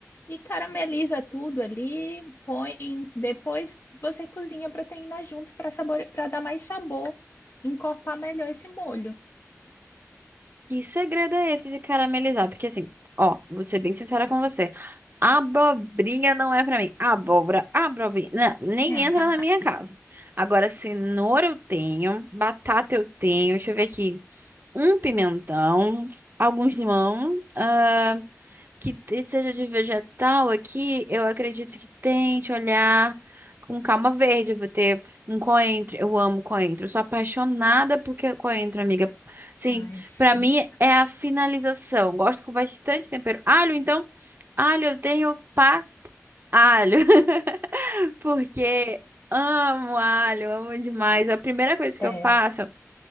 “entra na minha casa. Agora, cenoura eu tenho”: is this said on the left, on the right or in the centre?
Right